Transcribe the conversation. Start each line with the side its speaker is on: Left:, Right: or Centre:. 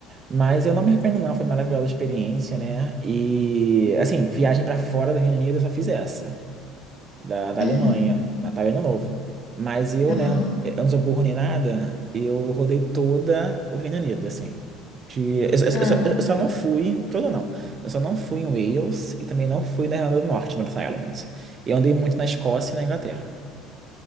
Right: Mas eu não me arrependo, não. Foi maravilhosa a experiência, né? E, assim, viagem pra fora do Reino Unido eu só fiz essa, da, da Alemanha,
Left: Uhum.
Right: Natal e Ano Novo. Mas eu, né,
Left: Aham.
Right: eu não sou burro nem nada, eu rodei toda o Reino Unido, assim. De, eu, só, eu
Left: Ah,
Right: só- eu só não fui, todo não. Eu só não fui em Wales e também não fui na Irlanda do Norte, North Island. Eu andei muito na Escócia e na Inglaterra.